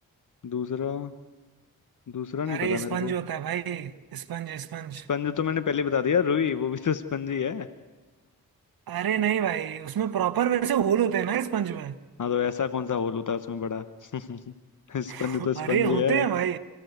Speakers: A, on the left; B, on the right.
A: दूसरा दूसरा नहीं
B: अरे
A: पता
B: स्पंज
A: मेरे को
B: होता है भाई स्पंज स्पंज
A: स्पंज तो मैंने पहले ही बता दिया रुई वो भी तो स्पंज ही है <laughs>
B: अरे नहीं भाई उसमें प्रॉपर वैसे होल होते हैं ना स्पंज में
A: हाँ तो ऐसा कौन सा होल होता है उसमें बड़ा <laughs> स्पंज
B: <laughs>
A: तो स्पंज
B: अरे होते
A: ही है
B: हैं भाई